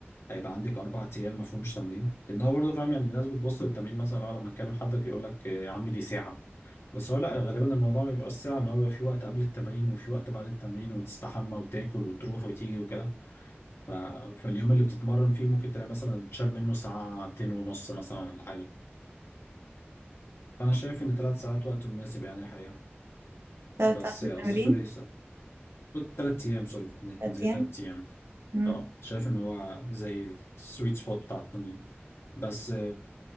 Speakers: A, on the left (about 75°); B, on the right (about 75°).
A: هيبقى عندك اربع ايام ما فيهمش تمرين لان هو برضه فاهم يعني الناس بتبص للتمرين مثلا لو لما تكلم حدك يقول لك يا عم دي ساعه بس هو لا غالبا الموضوع ما بيبقاش ساعه ان هو بيبقى في وقت قبل التمرين وفي وقت بعد التمرين وتستحمى وتاكل وتروح وتيجي وكده ف... فاليوم اللي بتتمرن فيه ممكن تلاقي مثلا تشال منه ساعتين ونص مثلا ولا حاجه فانا شايف ان ثلاث ساعات وقت مناسب يعني الحقيقه
B: تلات
A: بس
B: ساعات للتمرين
A: قصدي سوري ثلاث ايام سوري
B: تلات
A: كان زي
B: ايام
A: ثلاث ايام
B: مم.
A: اه شايف ان هو زي السويت سبوت بتاع التمرين بس